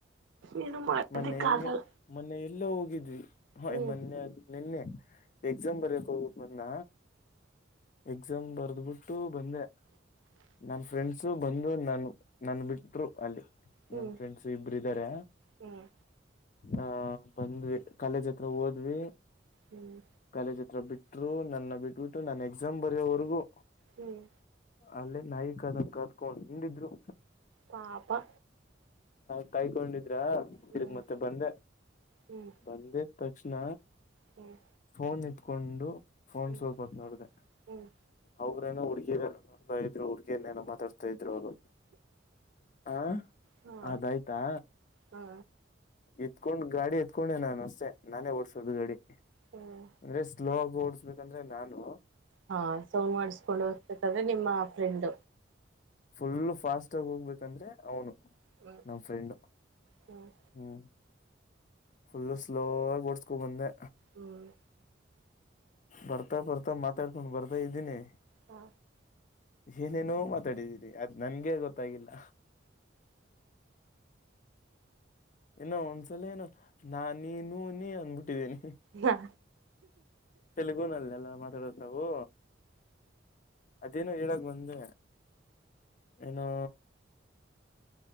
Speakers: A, on the right (about 80°); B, on the left (about 40°).
A: ಏನು ಮಾಡದಕ್ಕಾಗಲ್ಲ
B: ಮೊನ್ನೆ ಹಿಂಗೆ ಮೊನ್ನೆ ಎಲ್ಲೋ ಹೋಗಿದ್ವಿ ಹ
A: ಹ್ಮ್
B: ಮೊನ್ನೆ ಅ ನಿನ್ನೆ ಎಕ್ಸಾಮ್ ಬರಕ್ ಹೋಗಿಕ್ ಬಂದ್ನ ಎಕ್ಸಾಮ್ ಬರ್ದಬಿಟ್ಟು ಟು ಬಂದೆ. ನನ್ ಫ್ರೆಂಡ್ಸು ಬಂದು ನಾನು ನನ್ ಬಿಟ್ರು ಅಲ್ಲಿ
A: ಹ್ಮ್
B: ನನ್ ಫ್ರೆಂಡ್ಸ ಇಬ್ಬರು ಇದ್ದಾರೆ.
A: ಹ್ಮ್ ಹ್ಮ್
B: ಆಹ ಬಂದ್ವಿ ಕಾಲೇಜ್ ಹತ್ರ ಹೋದ್ವಿ.
A: ಹ್ಮ್
B: ಕಾಲೇಜ್ ಹತ್ರ ಬಿಟ್ಟರು ನನ್ನ ಬಿಟ್ಬಿಟ್ಟು ನನ್ನ ಎಕ್ಸಾಮ್ ಬರೆಯೋವರೆಗೂ.
A: ಹ್ಮ್
B: ಅಲ್ಲೇ ನಾಯಿ ಕದಂಗ್ ಕತ್ಕೊಂಡು ಇದ್ರೂ.
A: ಪಾಪಾ
B: ಹ ಕಾಯ್ಕೊಂಡಿದ್ರಾ
A: ಹ್ಮ್
B: ತಿರಗ್ ಮತ್ತೆ ಬಂದೆ
A: ಹ್ಮ್
B: ಬಂದೂ ತಕ್ಷಣ
A: ಹ್ಮ್
B: ಪೋನ್ ಇಟ್ಕೊಂಡು ಪೋನ್
A: ಹ್ಮ್
B: ಸ್ವಲ್ಪ ಹೊತ್ತು ನೋಡ್ದೆ
A: ಹ್ಮ್
B: ಅವ್ರೇನೆ ಹುಡುಗಿರ್ ನೋ ಹ ಇದ್ ಹುಡುಗಿರ್ ಏನೋ ಮಾತಾಡ್ಸಾತ್ತ ಇದ್ರು ಅವರು. ಹ
A: ಹಾ
B: ಅದಾಯ್ತಾ.
A: ಹಾ
B: ಎತ್ಕೊಂಡ್ ಗಾಡಿ ಎತ್ಕೊಂಡೆ ನಾನು ಅಸ್ಟೇ ನಾನೇ ಓಡ್ಸೋದು ಗಾಡಿ.
A: ಹ್ಮ್
B: ಅಂದ್ರೆ ಸ್ಲೋ ಆಗಿ ಓಡ್ಸ್ಬೇಕಂದ್ರೆ ನಾನು
A: ಹಾ ಸೌಂಡ್ ಮಾಡಿಸಕೊಂಡು ಹೋಗ್ತದ್ರೆ ನಿಮ್ಮ ಫ್ರೆಂಡ್
B: ಫುಲ್ ಫಾಸ್ಟ್ ಆಗಿ ಹೋಗ್ಬೇಕಂದ್ರೆ ಅವನು
A: ಹ್ಮ್
B: ನಮ್ಮ್ ಫ್ರೆಂಡು.
A: ಹ್ಮ್
B: ಹ್ಮ್ ಫುಲ್ಲು ಸ್ಲೋ ಆಗಿ ಓಡ್ಸ್ಕೊ ಬಂದೆ.
A: ಹ್ಮ್
B: ಬರ್ತಾ ಬರ್ತಾ ಮಾತಾಡ್ಕೊಂಡು ಬರ್ತಾ ಇದ್ದೀನಿ.
A: ಹಾ
B: ಏನೇನೋ ಮಾತಾಡಿದೀನಿ ಅದು ನನ್ಗೆ ಗೊತ್ತಾಗಿಲ್ಲ. ಇನ್ನೂ ಒಂದ್ಸಲಿ ಏನೋ ನಾನು ನೀನು ನೀ ಅಂದುಬಿಟ್ಟಿದಿನಿ.
A: ಹಾ
B: ತೆಲುಗಿನಲ್ಲಿ ಅಲ್ಲ ಮಾತಾಡದು ನಾವು ಅದೇನೋ ಹೇಳಕ್ ಬಂದೆ. ಏನೋ